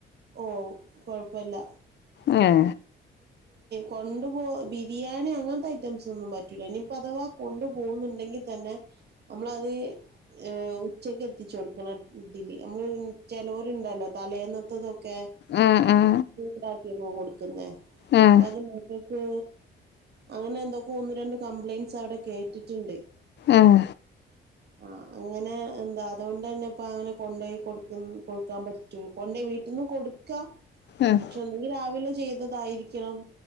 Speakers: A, on the right; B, on the left.
A: ഓ കൊഴപ്പില്ല
B: ഉം
A: കൊണ്ട് പോബിരിയാണി അങ്ങനത്തെ ഐറ്റംസ് ഒന്നും പറ്റൂല ഇനിപ്പോ അഥവാ കൊണ്ടു പോോകുന്നുണ്ടെങ്കിൽ തന്നെ നമ്മളത് ഏ ഉച്ചക്ക് എത്തിച്ച കൊടുക്കണം ഇതില് നമ്മള് ചിലരുണ്ടല്ലോ തലേന്നത്തതൊക്കെ
B: ഉം ഉം
A: ചൂടാക്കി കൊടുക്കുന്നേ
B: ഉം
A: അപ്പൊ
B: ഉം
A: അത് മകൾക്ക് അങ്ങനെ എന്തൊക്കെ ഒന്ന് രണ്ട് കംപ്ലൈന്റ്സ് അവിടെ കേട്ടിട്ടുണ്ട്
B: ആഏ
A: ആ അങ്ങനെ എന്താ അതുകൊണ്ട് തന്നെ ഇപ്പ അങ്ങനെ കൊണ്ട പോയി കൊടുക്ക കൊടുക്കാൻ പറ്റൂ കൊണ്ടോ വീട്ടിൽന്നും കൊടു
B: ഉം
A: പക്ഷെഒന്നുകിൽ രാവിലെ ചെയ്തതായിരിക്കണം